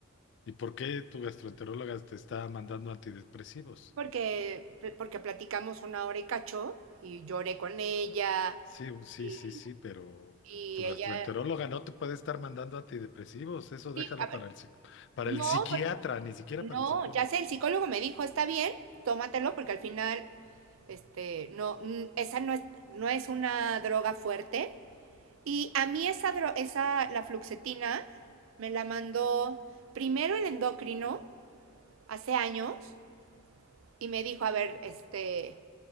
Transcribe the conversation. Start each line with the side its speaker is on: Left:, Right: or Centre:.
Left: ¿Y por qué tu gastroenteróloga te está mandando antidepresivos?
Right: porque, porque platicamos una hora y cacho y lloré con ella
Left: Sí, sí,
Right: y,
Left: sí, sí, pero
Right: y
Left: tu
Right: ella,
Left: gastroenteróloga no te puede estar mandando antidepresivos, eso
Right: sí,
Left: déjalo
Right: a ver,
Left: para el, psic- para
Right: no,
Left: el psiquiatra,
Right: porque
Left: ni siquiera
Right: no,
Left: para el psicólogo.
Right: ya sé, el psicólogo me dijo, está bien, tómatelo porque al final, este, no, n- esa no es, no es una droga fuerte. Y a mí esa, dro- esa, la fluoxetina, me la mandó primero el endocrino hace años y me dijo, a ver, este,